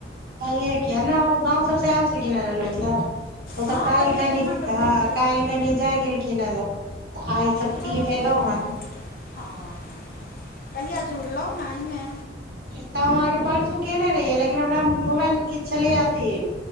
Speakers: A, on the right; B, on the left.
A: छैहिये, आ किया ने गाँवसँ आयल छलखिन लोकसभ। आओर
B: हँ
A: सभ काल्हि-परसों
B: तऽ भेँट घाँट भइए गेल
A: जाय गेलखिन ओ सभ। तऽ आइ सभ
B: भऽ
A: फ्री भेलहुँ
B: गेलै
A: हन।
B: हँ हँ ह कहिया जुड़लहुँ एहिमे
A: इ काम हम अहाँके परसू केयने रहियै लेकिन हमरा मोबाइलमे किछु छलियै अथी